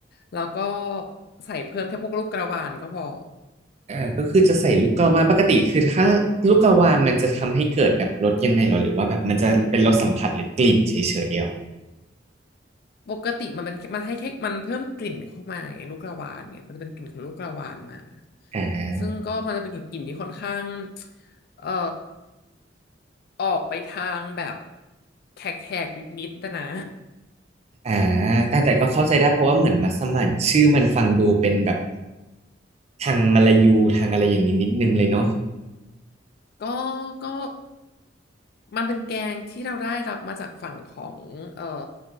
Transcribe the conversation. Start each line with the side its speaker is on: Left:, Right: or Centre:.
Left: แล้วก็ใส่เพิ่มแค่พวกลูกกระวานก็พอ
Right: อ่าก็คือจะใส่ลูกกระวานปกติคือถ้าลูกกระวานมันจะทำให้เกิดแบบรสยังไงหรอหรือว่าแบบมันจะเป็นรสสัมผัสหรือกลิ่นเฉยๆเดียว
Left: ปกติมันเป็นมันให้แค่มันเพิ่มกลิ่นเข้ามาไงลูกกระวานเนี่ยมันจะเป็นกลิ่นของลูกกระวานมา
Right: อ่
Left: ซึ่งก็มันจะเป็นกลิ่นที่ค่อนข้าง
Right: า
Left: เอ่อออกไปทางแบบแขกๆนิดๆแต่นะ
Right: อ่าแต่แต่ก็เข้าใจได้เพราะว่าเหมือนมัสมั่นชื่อมันฟังดูเป็นแบบทางมลายูทางอะไรอย่างนี้นิดนึงเลยเนาะ
Left: ก็ก็ มันเป็นแกงที่เราได้รับมาจากฝั่งของเอ่อ